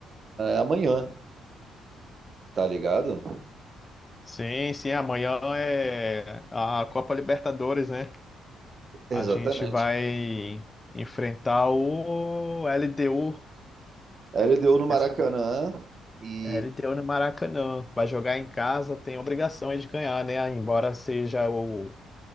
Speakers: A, on the right; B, on the left.
A: amanhã, tá ligado?
B: Sim, sim, amanhã é a Copa Libertadores, né?
A: Exatamente.
B: A gente vai enfrentar o LDU,
A: A LDU no Maracanã
B: mas
A: e,
B: LDU no Maracanã. Vai jogar em casa, tem obrigação aí de ganhar, né? Embora seja o,